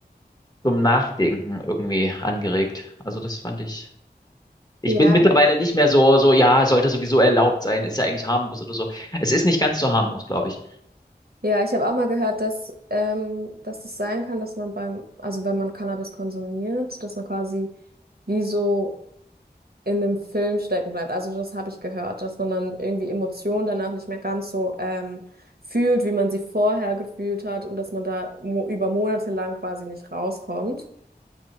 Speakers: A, on the left; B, on the right.
A: zum Nachdenken irgendwie angeregt. Also das fand ich. Ich
B: Ja.
A: bin mittlerweile nicht mehr so, so, ja, sollte sowieso erlaubt sein, ist ja eigentlich harmlos oder so. Es ist nicht ganz so harmlos, glaube ich.
B: Ja, ich habe auch mal gehört, dass, ähm, dass es sein kann, dass man beim, also wenn man Cannabis konsumiert, dass man quasi wie so in einem Film stecken bleibt. Also das habe ich gehört, dass man dann irgendwie Emotionen danach nicht mehr ganz so ähm, fühlt, wie man sie vorher gefühlt hat und dass man da mo über Monate lang quasi nicht rauskommt.